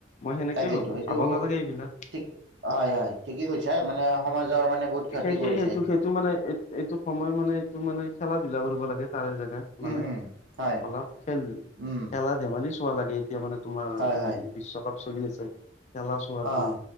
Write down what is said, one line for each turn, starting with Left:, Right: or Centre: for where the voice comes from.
Left: মই সেনেকেই
Right: তাকেইতো
Left: ভাবো
Right: এইটো
Left: খাব নালাগে এইবিলাক
Right: ঠিক হয়, হয়, ঠিকেই কৈছা মানে সমাজৰ মানে বহুত ক্ষতি
Left: সেইটো
Right: কৰিছে।
Left: সেইটো মানে এইটো সময় মানে এইটো মানে। খেলা ধূলা কৰিব লাগে তাৰে জাগা মানে
Right: উম, উম, হয়,
Left: অলপ খেল
Right: উম,
Left: খেলা ধেমালি চোৱা লাগে এতিয়া মানে তোমাৰ
Right: হয়, হয়।
Left: বিশ্বকাপ চলি আছে খেলা চোৱা
Right: অ',
Left: তুমি